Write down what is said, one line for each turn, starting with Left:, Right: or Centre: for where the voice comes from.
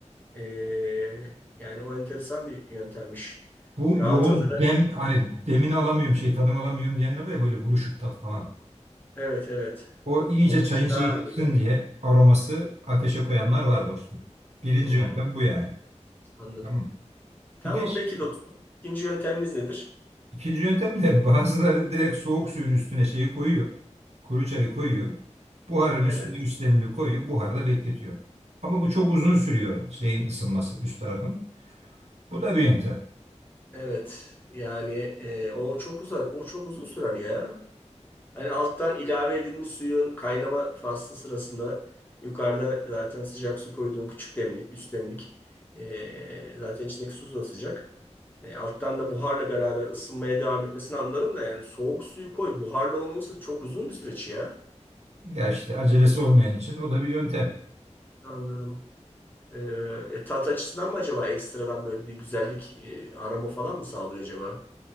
Left: Ee, yani o enteresan bir yöntemmiş.
Right: Bu
Left: Daha
Right: yoğun
Left: tadını.
Right: dem hani demini alamıyorum şey tadını alamıyorum diyenler var ya böyle buruşuk tat falan.
Left: Evet evet.
Right: O iyice
Left: Onun
Right: çayın
Left: için
Right: şeyi
Left: daha
Right: çıksın
Left: iyi.
Right: diye aroması ateşe koyanlar var dostum. Birinci
Left: Hmm,
Right: yöntem bu yani.
Left: anladım.
Right: Tamam.
Left: Tamam
Right: Bir de ş-
Left: peki dostum. İkinci yöntemimiz nedir?
Right: ikinci yöntem de <laughs> bazıları direkt soğuk suyun üstüne şeyi koyuyor. Kuru çayı koyuyor. Buharın üstüne
Left: Evet.
Right: üç demli koyuyor. Buharda bekletiyor. Ama bu çok uzun sürüyor şeyin ısınması üst tarafın. Bu da bir yöntem.
Left: Evet yani e, o çok uzak o çok uzun sürer ya. Hani alttan ilave edilmiş suyun kaynama faslı sırasında yukarıda zaten sıcak su koyduğun küçük demlik üst demlik e, zaten içindeki su da sıcak. E, alttan da buharla beraber ısınmaya devam etmesini anlarım da yani soğuk suyu koy buharla onu ısıt çok uzun bir süreç ya.
Right: Ya işte acelesi olmayan için o da bir yöntem.
Left: Anladım. E, e, tat açısından mı acaba ekstradan böyle bir güzellik e, aroma falan mı sağlıyor acaba?